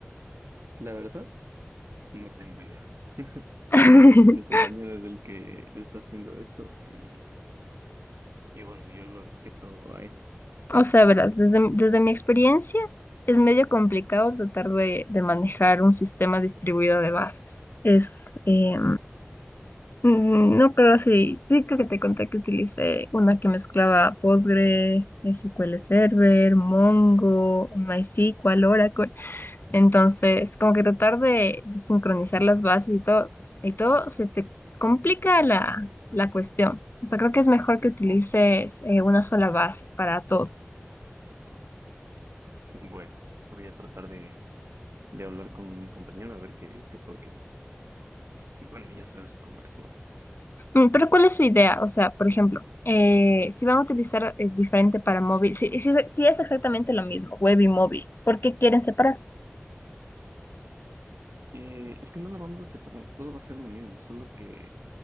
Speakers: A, on the right; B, on the left.
A: La verdad, no tengo idea. <laughs>
B: <laughs>
A: Mi compañero es el que está haciendo eso y, y bueno, yo lo dejé todo a él.
B: O sea, verás, desde, desde mi experiencia es medio complicado tratar de, de manejar un sistema distribuido de bases. Es, eh, Mm, No, creo sí, sí creo que te conté que utilicé una que mezclaba Postgre, SQL Server, Mongo, MySQL, Oracle. Entonces, como que tratar de, de sincronizar las bases y todo, y todo se te complica la, la cuestión. O sea, creo que es mejor que
A: Ujú.
B: utilices eh, una sola base para todo.
A: Bueno, voy a tratar de, de hablar con mi compañero a ver qué dice, porque, bueno, ya sabes cómo es, ¿no?
B: Mm, Pero ¿cuál es su idea? O sea, por ejemplo, eh, si van a utilizar eh, diferente para móvil, si, si, si es exactamente lo mismo, web y móvil, ¿por qué quieren separar?
A: Eh, es que no la vamos a separar, todo va a ser lo mismo, solo que